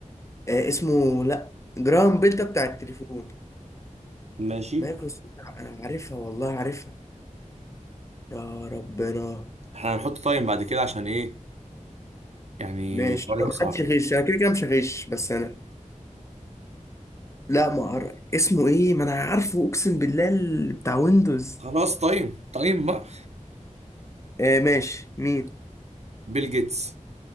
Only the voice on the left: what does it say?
آه اسمه لا جرام بيل ده بتاع التليفون
مايكروسوفت انا عارفها والله عارفها يا ربنا
ماشي
طب ما
حدش يغش انا كده كده مش هغش بس انا لا ما اعرف اسمه ايه ما انا عارفه اقسم بالله اللي بتاع ويندوز
آه ماشي مين